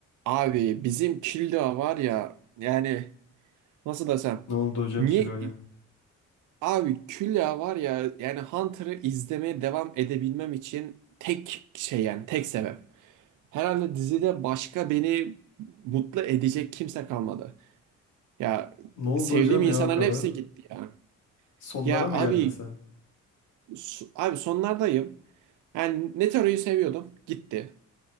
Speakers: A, on the right (about 80°); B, on the left (about 70°).
A: Abi bizim Külliye var ya yani nasıl desem
B: Ne oldu hocam
A: niye
B: kiloya?
A: abi Külliye var ya yani Hunter'ı izlemeye devam edebilmem için tek şey yani tek sebep. Herhalde dizide başka beni mutlu edecek kimse kalmadı. Ya
B: Ne oldu
A: sevdiğim
B: hocam
A: insanların
B: ya o kadar?
A: hepsi gitti ya.
B: Sonlara
A: Ya
B: mı
A: abi
B: geldin sen?
A: su- abi sonlardayım. Yani Netaro'yu seviyordum gitti.